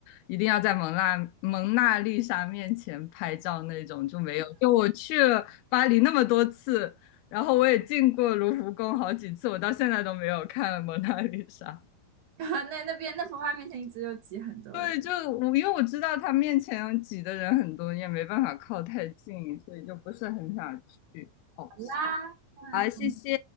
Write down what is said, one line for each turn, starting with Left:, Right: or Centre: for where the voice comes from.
Left: 一定要在蒙娜蒙娜丽莎面前拍照那种就没有。就我去了巴黎那么多次，然后我也进过卢浮宫好几次，我到现在都没有看蒙娜丽莎。
Right: <laughs> 那那边那幅画面前一直有挤很多人。
Left: 对，就我因为我知道他面前挤的人很多，也没办法靠太近，所以就不是很想去。哦，
Right: 好啦，那我们
Left: 好，谢谢，